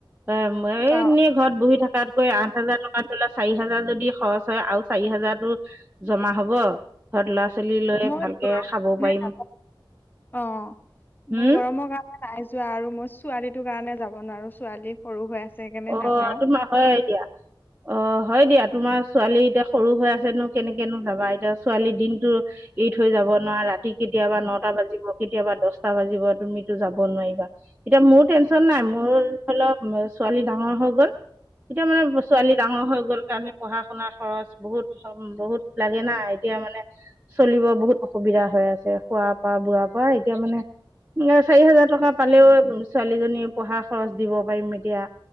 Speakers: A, on the right; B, on the left.
A: এ এই
B: অ',
A: নি ঘৰত বহি থকাতকৈ আঠ হাজাৰ টকাত ধৰি ল চাৰি হাজাৰ যদি খৰচ হয় আৰু চাৰি হাজাৰতো জমা হ'ব ঘৰত ল'ৰা ছোৱালী লৈ
B: মই
A: ভালকে
B: গৰম
A: খাব
B: কাৰণে
A: পাৰিম।
B: নাযাওঁ অ
A: হুম
B: মোৰ গৰমৰ কাৰণে নাই যো যোৱা আৰু মই ছোৱালীটো কাৰণে যাব নোৱাৰোঁ। ছোৱালী সৰু হৈ আছে।
A: অ
B: নাযাওঁ।
A: তোমাৰ হয় দিয়া অ হয় দিয়া তোমাৰ ছোৱালী এতিয়া সৰু হৈ আছেনো কেনেকেনো যাবা এতিয়া ছোৱালীৰ দিনটো এ থৈ যাব নোৱাৰা ৰাতি কেতিয়াবা নটা বাজিব কেতিয়াবা দহ টা বাজিব তুমি টো যাব নোৱাৰিবা এতিয়া মোৰ টেনচন নাই মোৰ ধৰি ল ডাঙৰ হৈ গ'ল এতিয়া মানে ছোৱালী ডাঙৰ হৈ গল কাৰণে পঢ়া শুনাৰ খৰচ বহুত বহুত লাগে না এতিয়া মানে চলিব বহুত অসুবিধা হৈ আছে খোৱা পৰা বোৱাৰ পৰা এতিয়া মানে চাৰি হাজাৰ টকা পালেও ছোৱালীজনী পঢ়া খৰচ দিব পাৰিম এতিয়া।